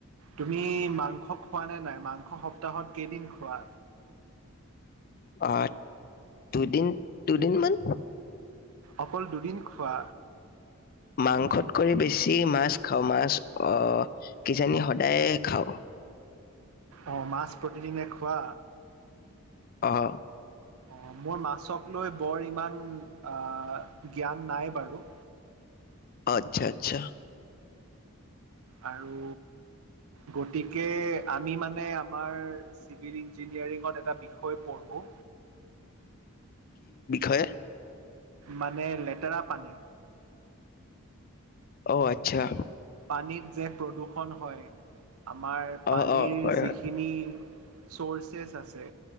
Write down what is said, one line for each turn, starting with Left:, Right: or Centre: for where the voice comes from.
Right: তুমি মাংস খোৱা নে নাই মাংস সপ্তাহত কেইদিন খোৱা।
Left: আ দুদিন দুদিনমান।
Right: অকল দুদিন খোৱা।
Left: মাংসতকৈ বেছি মাছ খাওঁ মাছ অ কিজানি সদায়ে খাওঁ।
Right: অ' মাছ প্ৰতিদিনে খোৱা।
Left: অ'।
Right: অ' মোৰ মাছক লৈ বৰ ইমান আ জ্ঞান নাই বাৰু।
Left: আচ্ছা-আচ্ছা।
Right: আৰু গতিকে আমি মানে আমাৰ চিভিল ইঞ্জিনিয়াৰিঙত এটা বিষয় পঢ়োঁ।
Left: হয়য়ে।
Right: মানে লেতেৰা পানী।
Left: অ আচ্ছা।
Right: পানীত যে প্ৰদূষণ হয় আমাৰ পানীৰ
Left: অ অ হয়
Right: যিখিনি।
Left: হয়
Right: চৰ্চছে আছে।